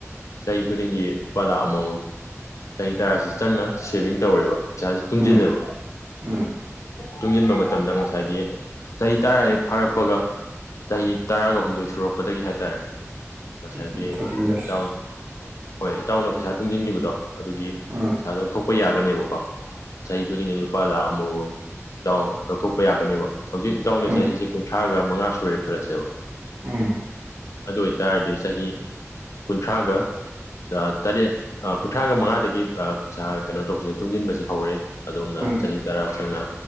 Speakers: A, on the left; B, on the right.
A: ꯆꯍꯤ ꯈꯨꯗꯤꯡꯒꯤ ꯂꯨꯄꯥ ꯂꯥꯈ ꯑꯃꯃꯝ ꯆꯍꯤ ꯇꯔꯥꯁꯤ ꯆꯪꯅ ꯁꯦꯚꯤꯡ ꯇꯧꯔꯦꯕ ꯄꯩꯁꯥꯥꯁꯦ ꯇꯨꯝꯁꯤꯜꯂꯦꯕ
B: ꯎꯝ ꯎꯝ
A: ꯇꯨꯡꯁꯤꯟꯕ ꯃꯇꯝꯗ ꯉꯁꯥꯏꯒꯤ ꯆꯍꯤ ꯇꯔꯥ ꯍꯦꯛ ꯐꯥꯔꯛꯄꯒ ꯆꯍꯤ ꯇꯔꯥꯒ ꯍꯨꯝꯗꯣꯏ ꯁꯨꯔꯛꯄꯗꯒꯤ ꯍꯥꯏꯇꯥꯔꯦ ꯉꯁꯥꯏꯒꯤ
B: ꯎꯝ ꯊꯥꯔꯇꯤꯟ ꯌꯔꯁ
A: ꯏꯇꯥꯎ ꯍꯣꯏ ꯏꯇꯥꯎꯅ ꯄꯩꯁꯥ ꯇꯨꯡꯁꯤꯟꯈꯤꯕꯗꯣ ꯑꯗꯨꯒꯤ
B: ꯎꯝ
A: ꯄꯩꯁꯥ ꯂꯧꯊꯣꯛꯄ ꯌꯥꯔ ꯅꯦꯕꯀꯣ ꯆꯍꯤ ꯈꯨꯗꯤꯡꯒꯤ ꯂꯨꯄꯥ ꯂꯥꯛ ꯑꯃꯃꯝ ꯏꯇꯥꯎꯅ ꯂꯧꯊꯣꯛꯄ ꯌꯥꯒꯅꯦꯕ ꯍꯧꯖꯤꯛ ꯏꯇꯥꯎꯅ
B: ꯎꯝ
A: ꯆꯍꯤꯁꯦ ꯀꯨꯟꯊ꯭ꯔꯥꯒ ꯃꯉꯥ ꯁꯣꯏꯔꯦ ꯈ꯭ꯔꯁꯦꯕ
B: ꯎꯝ
A: ꯑꯗꯨ ꯑꯣꯏꯇꯥꯔꯗꯤ ꯆꯍꯤ ꯀꯨꯟꯊ꯭ꯔꯥꯒ ꯇꯔꯦꯠ ꯀꯨꯟꯊ꯭ꯔꯥꯒ ꯃꯉꯥꯗꯒꯤ ꯄꯩꯁꯥ ꯀꯩꯅꯣ ꯇꯧꯁꯦ ꯇꯨꯡꯁꯤꯟꯕꯁꯦ ꯍꯧꯔꯦ ꯑꯗꯣꯝꯅ
B: ꯎꯝ
A: ꯆꯍꯤ ꯇꯔꯥ ꯆꯪꯅ